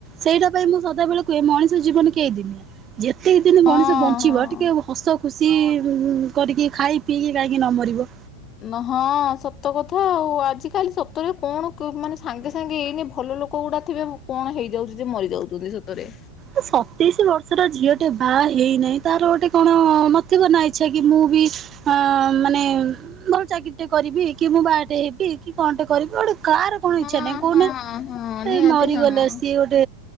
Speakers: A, on the right (about 25°); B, on the left (about 30°).
A: ସେଇଟା ପାଇଁ ମୁଁ ସଦାବେଳେ କୁହେ ମଣିଷ ଜୀବନ କେଇଦିନି ଯେତକି ଦିନ
B: ହଁ
A: ମଣିଷ ବଞ୍ଚିବ
B: ହଁ।
A: ଟି କେ ହସ ଖୁସି କରିକି ଖାଇ ପିଇକି କାହିଁକି ନ ମରିବ।
B: ନ ହଁ ସତ କଥା ଆଉ ଆଜିିକାଲି ସତରେ କଣ କରମାନେ ସାଙ୍ଗେ ସାଙ୍ଗେ ଏଇନେ ଭଲ ଲୋ କୋଉଡା ଥିବେ କଣ ହେଇଯାଉଛି ଯେ ମରିଯାଉଛନ୍ତି ସତରେ।
A: ଏ ସତେଇଶି ବର୍ଷର ଝିଅ ଟେ ବାହା ହେଇନାହିଁ ତାର ଗୋଟେ କଣ ନଥିବ ନା ଇଚ୍ଛା କି ମୁଁ ବି ହଁ ମାନେ ଭଲ ଚାକିରି ଟେ କରିବି କି ମୁଁ ବାହାଟେ ହେବି କି କଣଟେ କରିବି ଗୋଟେ କାହାର କଣ
B: ହଁ
A: ଇଚ୍ଛା ନାହିଁ କହୁନା
B: ହଁ ହଁ
A: ସିଏ
B: ନିହାତି
A: ମରିଗଲେ
B: ହଁ କଣ
A: ସିଏ ଗୋ ଟେ